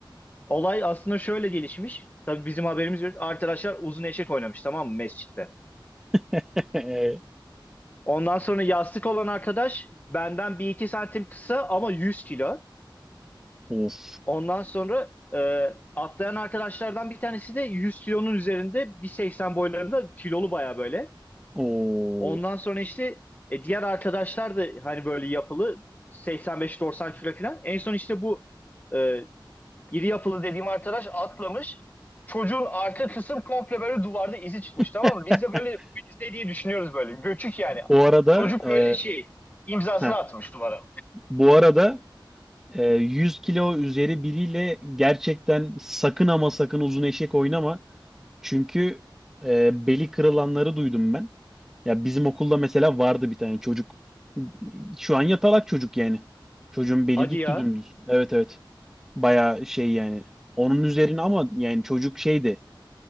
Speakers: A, on the left; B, in the centre.
A: Olay aslında şöyle gelişmiş. Tabii bizim haberimiz yok. Arkadaşlar uzun eşek oynamış tamam mı mescitte.
B: <laughs>
A: Ondan sonra yastık olan arkadaş benden bir iki santim kısa ama 100 kilo.
B: Of.
A: Ondan sonra e, atlayan arkadaşlardan bir tanesi de 100 kilonun üzerinde 1.80 boylarında kilolu baya böyle.
B: Oo.
A: Ondan sonra işte e, diğer arkadaşlar da hani böyle yapılı 85-90 kilo falan. En son işte bu e, İri yapılı dediğim arkadaş atlamış. Çocuğun arka kısım komple böyle duvarda izi çıkmış
B: <laughs>
A: tamam mı? Biz de böyle bu iz ne diye düşünüyoruz böyle. Göçük yani.
B: Bu arada
A: Çocuk
B: e,
A: böyle şey imzasını
B: heh,
A: atmış duvara.
B: bu arada e, 100 kilo üzeri biriyle gerçekten sakın ama sakın uzun eşek oynama. Çünkü e, beli kırılanları duydum ben. Ya bizim okulda mesela vardı bir tane çocuk. Şu an yatalak çocuk yani. Çocuğun beli
A: Hadi
B: gitti
A: ya.
B: dümdüz. Evet evet. Bayağı şey yani. Onun üzerine ama yani çocuk şeydi.